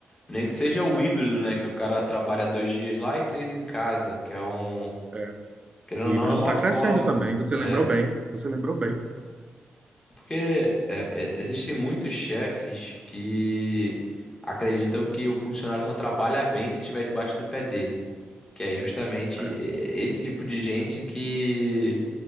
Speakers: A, on the left; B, on the right.
A: Nem que seja o híbrido, né? Que o cara trabalha dois dias lá e três em casa, que é um.
B: É.
A: Querendo
B: O
A: ou
B: híbrido
A: não, é uma
B: está
A: forma.
B: crescendo também, você
A: É.
B: lembrou bem, você lembrou bem.
A: Porque é, é, existem muitos chefes que acreditam que o funcionário só trabalha bem se estiver debaixo do pé dele. Que é justamente
B: É,
A: e- e- esse tipo de gente que,